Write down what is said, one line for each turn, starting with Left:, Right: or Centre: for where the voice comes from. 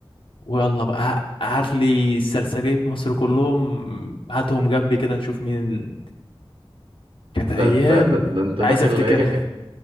Left: ويلا
Right: مم.
Left: بقى ه- هات لي السرسجيه في مصر كلهم هاتهم جنبي كده نشوف مين كانت ايام
Right: ده أنت ده, ده أنت
Left: مش
Right: داخل
Left: عايز افتكرها
Right: إيه؟ <laughs>